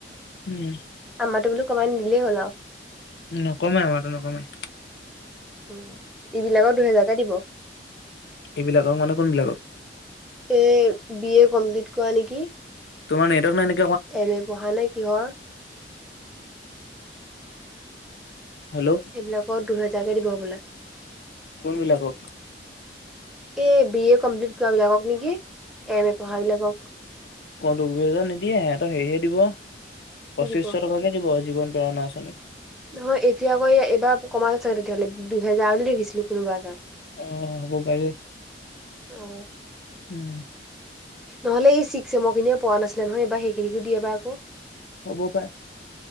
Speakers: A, on the left; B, in the centre.
A: উম
B: আমাটো বোলো কমাই নিদিলেই হল আৰু
A: নকমাই আমাৰটো নকমাই
B: উম ইবিলাকৰ দুহেজাৰকে দিব
A: ইবিলাকক মানে কোনবিলাকক
B: এ বি এ কমপ্লিট কৰা নেকি
A: তোমাৰ নেটৱৰ্ক নাই নি
B: এম এ পঢ়া নে কিহৰ
A: হেল্ল
B: সেইবিলাকত দুহেজাৰকে দিব বোলে
A: কোনবিলাকক
B: এ বি এ কমপ্লিট কৰা বিলাকক নেকি এম এ পঢ়া বিলাকক
A: দুবি হেজা নিদিয়ে সিহতৰ হেৰিহে দিব
B: কি
A: পঁচিশ
B: দিব
A: টকাকে দিব জীৱন প্ৰেৰণা আছ নি
B: নহয় এতিয়া আকৌ এইবাৰ কমালে ছাগে তেতিয়াহ'লে দুহেজাৰ বুলি দেখিছিলো কোনোবা এটা
A: অ হ'ব পাৰে
B: অ
A: উম
B: নহলে এই চিক ছেমৰ খিনিয়ে পোৱা নাছিলে নহয় এইবাৰ সেইখিনিকো দিয়ে বা আক।
A: হ'ব পাৰে।